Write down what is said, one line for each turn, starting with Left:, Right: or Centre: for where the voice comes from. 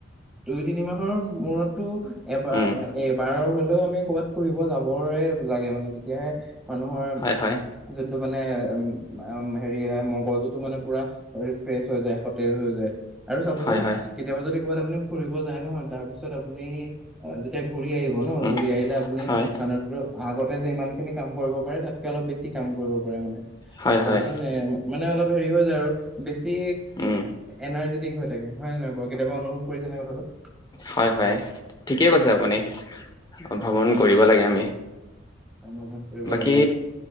Centre: দুই তিনি মাহৰ মূৰতো এবাৰ
Left: উম
Centre: এই বাৰ আমি ক'ৰবাত ফুৰিব যাবৰে লাগে মানে তেতিয়াহে মানুহৰ
Left: হয় হয়
Centre: যোনটো মানে উ হেৰি হয় মগজুতটো মানে পুৰা ৰিফ্ৰেছ হৈ যায় সতেজ হৈ যায়। আৰু চাবচোন
Left: হয় হয়
Centre: কেতিয়াবা যদি বাত আপুনি ফুৰিব যায় নহয় তাৰপিছত আপুনি যেতিয়া ঘূৰি আহিব ন'
Left: উম,
Centre: ঘূৰি আহিলে আপুনি
Left: হয়,
Centre: মানুহটোতো আগতে যে ইমান খিনি কাম কৰিব পাৰে তাত অলপ বেছি কাম কৰিব পাৰে মানে
Left: হয়,
Centre: চাবচোন
Left: হয়,
Centre: মানে অলপ হেৰি হৈ যায় আৰু বেছি ছি
Left: উম,
Centre: এনাৰ্জি থিক হৈ থাকে হয় নহয় বাৰ কেয়াবা অনুভৱ কৰিছে নে কথাটোত।
Left: হয় হয় ঠিকেই কৈছে আপুনি। অ ভ্ৰমণ কৰিব লাগে আমি।
Centre: অনুশোচন কৰিব
Left: বাকী
Centre: লাগে